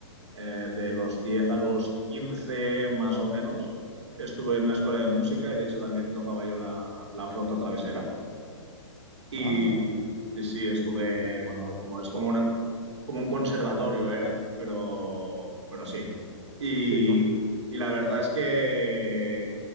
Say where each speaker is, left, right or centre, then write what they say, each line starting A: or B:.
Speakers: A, on the right; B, on the right.
A: eh, de los 10 a los 15 más o menos, estuve en una escuela de música y de hecho también tocaba yo la, la flauta travesera. Y
B: Ah,
A: sí, sí, estuve, bueno, como es como una, como un conservatorio era, pero, pero sí. Y,
B: sí, un-
A: y la verdad es que